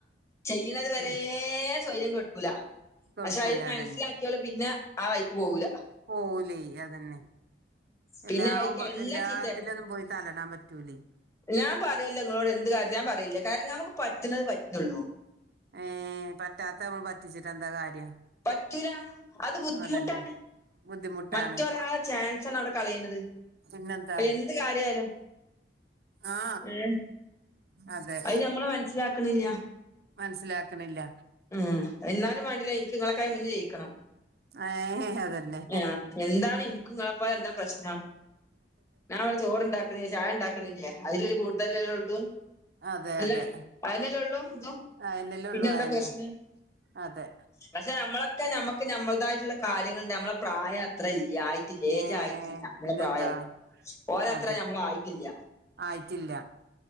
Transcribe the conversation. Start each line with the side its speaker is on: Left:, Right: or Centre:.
Left: ചെയ്യണുന്നത് വരെ
Right: ഉം
Left: സ്വര്യം കൊടുക്കൂല
Right: കൊടുക്കൂല
Left: പക്ഷെ അയിന്
Right: അതന്നെ
Left: മനസ്സിലാക്കി പിന്നെ ആ വഴിക്ക് പോകില്ല
Right: ഓല്ലേ അതന്നെ
Left: പിന്നെ
Right: എല്ലാവും
Left: ആ വഴിക്ക് എല്ലാം
Right: എല്ലാത്തിലും
Left: ചീത്തയാക്കണം
Right: ഒന്നും പോയി തലയിടാൻ പറ്റൂലേ
Left: ഞാൻ പറയല്ല നിങ്ങളോട് എന്ത് കാര്യം ഞാൻ പറയില്ല കാരണം ഞമുക്ക് പറ്റുന്നത് പറ്റുള്ളൂ
Right: ഏഹ് പറ്റാത്തവൻ പറ്റിച്ചിട്ട് എന്താ കാര്യം
Left: പറ്റൂല അത് ബുദ്ധിമുട്ടാണ്
Right: അതന്നെ ബുദ്ധിമുട്ടാണ്
Left: മറ്റൊരാളെ ചാൻസ് ആണ് അവിടെ കളയുന്നത്
Right: പിന്നെന്താ
Left: അപ്പൊ എന്ത് കാര്യ ആയാലും
Right: ആ
Left: ഏഹ്
Right: അതെ
Left: അത് നമ്മൾ മനസിലാക്കണില്ല
Right: മനസ്സിലാക്കണില്ല
Left: ഉം എന്നാലും വേണ്ടില്ലേ എനിക്ക് നിങ്ങളക്കായി മുന്നേ ജയിക്കണം
Right: ഏ അതന്നെ
Left: ആഹ് എന്താണ് ഇനിക്കുംങ്ങളെപ്പ എന്താ പ്രശ്നം ഞാൻവിടെ ചോറ്ുണ്ടാക്കുന്നേ ചായ ഉണ്ടാക്കുന്നില്ലേ അതിലൊരു കൂടുതൽ ഉള്ളതും
Right: അതെ
Left: അല്ല
Right: അതെ
Left: അതിനല്ല ഉള്ളോ
Right: അയന്നല്ലേ
Left: പിന്നെ
Right: ഉള്ളൂ
Left: എന്താ
Right: അയന്നെ
Left: പ്രശ്ന ഉം
Right: അതെ
Left: <inaudible> പക്ഷെ നമ്മളൊക്കെ നമ്മുക്ക് നമ്മളതായിട്ടുള്ള കാര്യങ്ങൾ നമ്മെ പ്രായം അത്ര ഇല്ല
Right: ഏ
Left: ഏജ് ആയിട്ടില്ല നമ്മുടെ
Right: പിന്നെന്താ
Left: പ്രായം ഓരത്ര
Right: അതെ
Left: നമ്മളായിട്ടില്ല
Right: ആയിട്ടില്ല